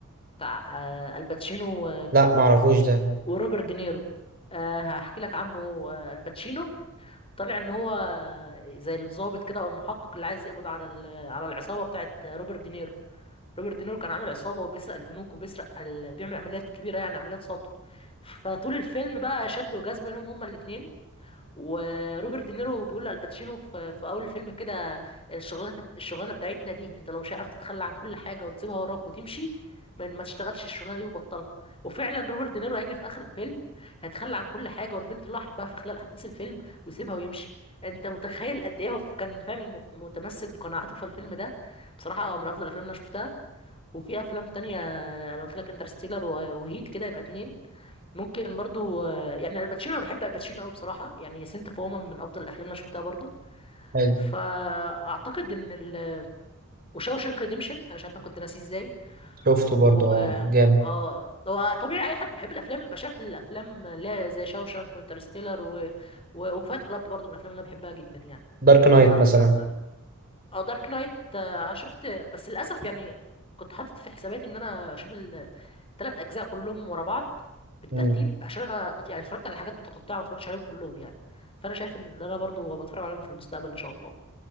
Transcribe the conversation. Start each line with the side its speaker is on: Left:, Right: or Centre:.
Left: بتاع آه، الباتشينو و...
Right: لا معرفوش ده
Left: وروبرت دينيرو أه هحكي لك عنه آه، الباتشينو طلع ان هو زي الضابط كده او المحقق اللي عايز يقبض على ال- على العصابه بتاعت روبرت دينيرو روبرت دينيرو كان عامل عصابه وبيسرق البنوك وبيسرق ال... بيعمل عمليات كبيره يعني عمليات سطو فطول الفيلم بقى شد وجذب بينهم هما الاتنين وروبرت دينيرو بيقول لالباتشينو في في اول الفيلم كده الشغلانه الشغلانه بتاعتنا دي انت لو مش عارف تتخلى عن كل حاجه وتسيبها وراك وتمشي ما ما تشتغلش الشغلانه دي وبطلها وفعلا روبرت دينيرو هيجي في اخر الفيلم هيتخلى عن كل حاجه والبنت اللي هو حبها في خلال احداث الفيلم ويسيبها ويمشي انت متخيل قد ايه هو كان فعلا مت- متمسك بقناعاته في الفيلم ده بصراحه من افضل الافلام اللي انا شفتها وفي افلام تانية انا قلت لك انترستيلر وهيت كده يبقى اتنين ممكن برضو آه، يعني الباتشينو انا بحب الباتشينو قوي بصراحه يعني سنت اوف وومن من افضل الافلام اللي أنا شفتها برضو
Right: حلو
Left: فاعتقد ان ال وشاوشانك ريديمشن انا مش عارفه كنت ناسيه ازاي
Right: شفته برضو
Left: و
Right: اه جامد
Left: اه هو طبيعي اي حد بيحب الافلام يبقى شاف الافلام اللي هي زي شاوشانك وانترستيلر و... و... وفايت كلاب برضو من الافلام اللي انا بحبها جدا يعني
Right: دارك
Left: دول
Right: نايت
Left: اكتر
Right: مثلا
Left: خمسه اه دارك نايت آه، شفت بس للاسف يعني كنت حاطط في حساباتي ان انا اشوف ثلاث اجزاء كلهم ورا بعض بالترتيب
Right: امم
Left: عشان انا يعني اتفرجت على حاجات متقطعه ما اتفرجتش عليهم كلهم يعني فانا شايف ان انا برضو بتفرج عليهم في المستقبل ان شاء الله